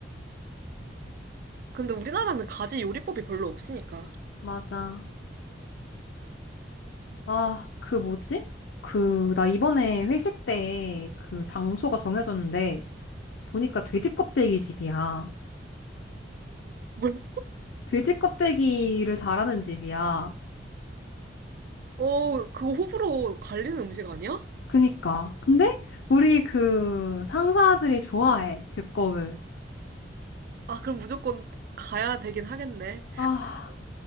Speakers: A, on the right (about 55°); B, on the left (about 75°).
A: 근데 우리나라는 가지 요리법이 별로 없으니까.
B: 맞아. 아, 그 뭐지? 그, 나 이번에 회식 때 그 장소가 정해졌는데 보니까 돼지 껍데기 집이야.
A: 뭘?
B: 돼지 껍데기를 잘하는 집이야.
A: 어, 그거 호불호 갈리는 음식 아니야?
B: 그니까. 근데 우리 그 상사들이 좋아해, 두껍을.
A: 아, 그럼 무조건 가야 되긴 하겠네.
B: 아,